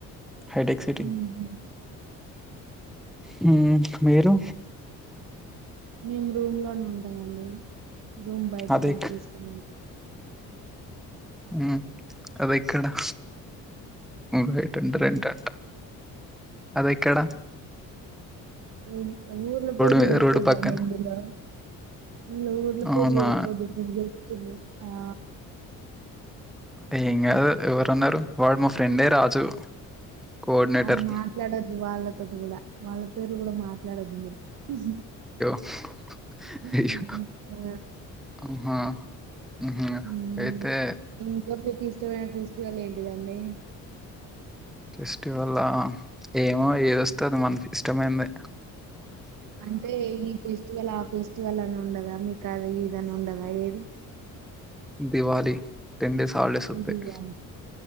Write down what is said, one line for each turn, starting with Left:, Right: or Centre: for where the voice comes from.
Centre: హైటెక్ సిటీ.
Right: ఉమ్ హ
Centre: హు మీరు
Right: మేము రూమ్లోనే ఉంటామండి రూమ్ బయట
Centre: అదెక్
Right: రెంట్ తీసుకొని
Centre: ఉమ్ అదేక్కడా రైట్ అంట రెంట్ అంట అదేక్కడా
Right: ఏ ఊర్ల పేర్లు
Centre: మీద
Right: చెప్పోదండీ
Centre: రోడ్డు పక్కన.
Right: ఇందులో ఇన్లా ఊర్ల పేర్ల
Centre: అవునా!
Right: చెప్పొద్దు తీసేత్తుళ్లు ఆ
Centre: ఏం కాదు ఎవరన్నారు వాడు మా ఫ్రెండే రాజు కోఆర్డినేటర్
Right: అ మాట్లాడొద్దు వాళ్ళతోటి కూడా వాళ్ళ పేర్లు కూడా మాట్లాడొద్దు ఉహుం
Centre: <inaudible>
Right: ఉహుం
Centre: అయ్యో
Right: ఆ
Centre: ఆహా ఉహు
Right: ఉమ్
Centre: అయితే
Right: ఇంకా మీకు ఇష్టమైన ఫెస్టివల్ ఏంటిదండి
Centre: ఫెస్టివల్ ఆ ఏమో ఏదొస్తే అది మనకి ఇష్టమైందే
Right: అంటే ఈ ఫెస్టివల్ ఆ ఫెస్టివల్ అని ఉండదా మీకు అది ఇదని ఉండదా ఏది
Centre: దివాలీ టెన్ డేస్ హాల్డేస్ అత్తాయ్
Right: ఇది కాదు